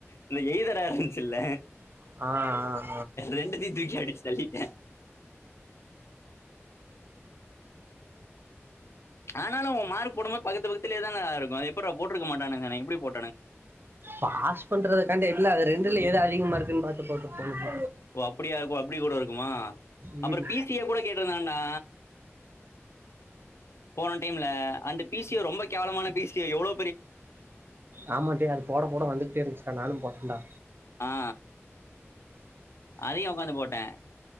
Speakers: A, on the left; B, on the right.
A: இந்த எய்தரா இருந்துச்சுல்லா
B: ஆஹ் ஆஹ்
A: ரெண்டுதையும் தூக்கி அடிச்சு தள்ளிட்டேன் ஆனாலும் உன் மார்க் போடும்போது பக்கத்து பக்கத்திலயே தான் இருக்கும் அது எப்புடுறா போட்டுருக்க மாட்டானுங்க தானே எப்டி போ
B: பாஸ் பண்றதுக்காண்டு எதுல அது ரெண்டுல எது அ திக மார்க்குனு பார்த்து போட்டுருப்பானுங்க
A: ஓ அப்டியா இருக்கும் அப்டி கூட இருக்குமா
B: ம்
A: அப்புறம் பி சி யே கூட கேட்டுருந்தான்டா போன டைம்ல அந்த பி சி யே ரொம்ப கேவலமான பி சி யே எவ்ளோ
B: ஆமாடே அது போட போட வந்துகிட்டே இருந்துச்சுடா நானும் போட்டேன்டா
A: ஆ அதையும் உக்காந்து போட்டேன்